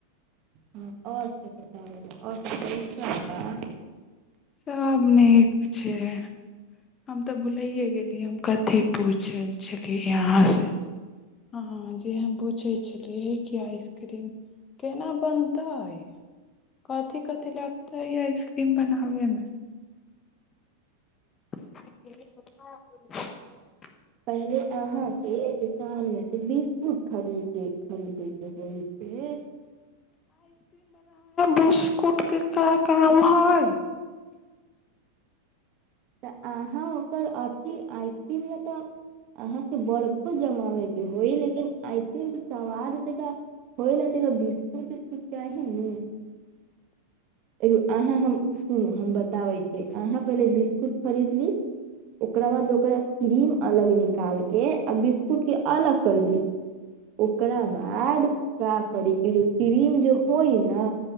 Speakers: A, on the right; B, on the left.
A: हँ आओर सब बताबै आओर सब कैसन बा
B: सब नीक छै हम तऽ भुलायै गेलियै हम कथि पूछै छलियै अहाँसे हँ जे हम पूछै छलियै कि आइसक्रीम केना बनतै कथि कथि लगतै आइसक्रीम बनाबेमे <unintelligible>
A: पहिले अहाँके दुकानमे से बिस्कुट खरीद खरीदैके होइ छै
B: बिस्कुटके के का काम हइ
A: तऽ अहाँ ओकर अथि आ- <unintelligible> अहाँके बर्फो जमाबै के होइ लेकिन आइसक्रीम सवाद तिका होइल त बिसकुट उसकूट चाही नु एगो अहाँ हम सुनू हम बताबै छी अहाँ पहिले बिस्- -कूट खरीद ली ओकरा बाद ओकरा क्रीम अलग निकालके आ बिस्कुट के अलग कर दी ओकरा बाद का करी कि जे क्रीम जे होई ने